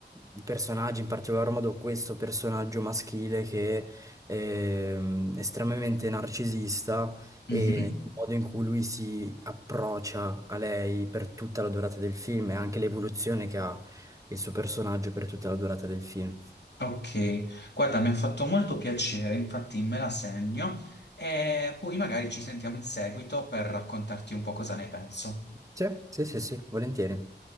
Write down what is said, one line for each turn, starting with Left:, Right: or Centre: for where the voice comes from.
Right: i personaggi, in particolar modo questo personaggio maschile che è mm, estremamente narcisista Mm.
Left: Mhm.
Right: e il modo in cui lui si approccia a lei per tutta la durata del film e anche l'evoluzione che ha il suo personaggio per tutta la durata del film.
Left: Ok, guarda, mi ha fatto molto piacere, infatti me la segno e poi magari ci sentiamo in seguito per raccontarti un po' cosa ne penso.
Right: Sì, sì, sì, sì, volentieri.